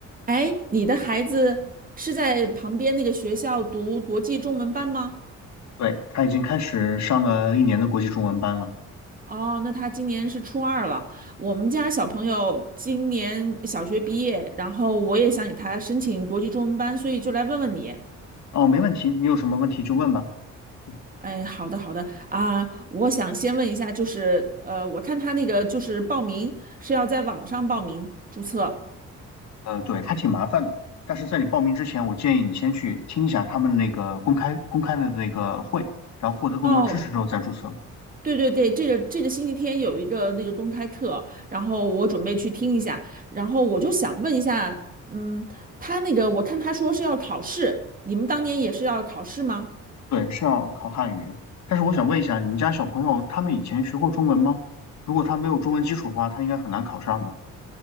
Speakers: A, on the right; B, on the left.
A: 哎，你的孩子是在旁边那个学校读国际中文班吗？
B: 对，他已经开始上了一年的国际中文班了。
A: 哦，那他今年是初二了。我们家小朋友今年小学毕业，然后我也想给他申请国际中文班，所以就来问问你。
B: 哦，没问题，你有什么问题就问吧。嗯
A: 哎，好的，好的啊，我想先问一下，就是呃，我看他那个就是报名是要在网上报名注册。
B: 呃，对，他挺麻烦的，但是在你报名之前，我建议你先去听一下他们那个公开公开的那个会，然后获得更多知识之后再注册。
A: 哦，对对对，这个这个星期天有一个那个公开课，然后我准备去听一下，然后我就想问一下，嗯，他那个我看他说是要考试，你们当年也是要考试吗？
B: 对，是要考汉语。但是我想问一下，你们家小朋友他们以前学过中文吗？如果他没有中文基础的话，他应该很难考上的。